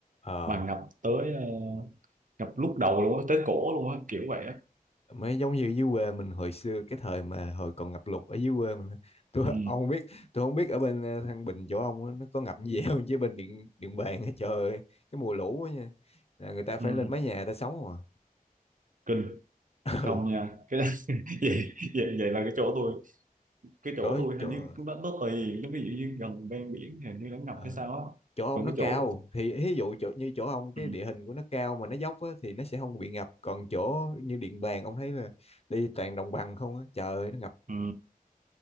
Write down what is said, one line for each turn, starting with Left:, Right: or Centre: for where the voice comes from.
Left: ờ
Right: mà ngập tới ờ, ngập lúc đầu luôn á tới cổ luôn á kiểu vậy á
Left: Mới giống như dưới quê mình hồi xưa cái thời mà hồi còn ngập lụt ở dưới quê mình á. tôi
Right: ừ,
Left: <laughs> ông không biết tôi không biết ở bên ờ, Thăng Bình chỗ ông á, nó có ngập như vậy không chứ bên Điện Điện Bàn á, trời ơi, cái mùa lũ á nha là người ta phải
Right: ừ,
Left: lên mái nhà người ta sống không à
Right: kinh
Left: <laughs>
Right: không
Left: ừ
Right: nha cái đó, <laughs> vậy, vậy vậy là cái chỗ tôi cái chỗ
Left: chỗ
Right: tôi hình
Left: chỗ
Right: như nó nó tùy nó ví dụ như gần ven biển thì hình như nó ngập
Left: ờ,
Right: hay sao á
Left: chỗ ông
Right: còn
Left: nó
Right: cái
Left: cao
Right: chỗ
Left: thì ví dụ chỗ, như chỗ ông cái
Right: Ừ,
Left: địa hình của nó cao mà nó dốc á, thì nó sẽ không bị ngập còn chỗ như Điện Bàn ông thấy là đi toàn đồng bằng không á trời ơi nó ngập
Right: ừ.